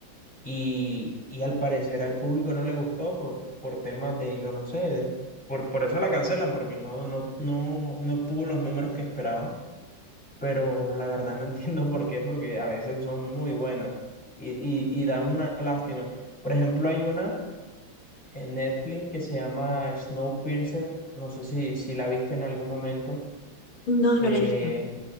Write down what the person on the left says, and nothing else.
no,
no la he visto.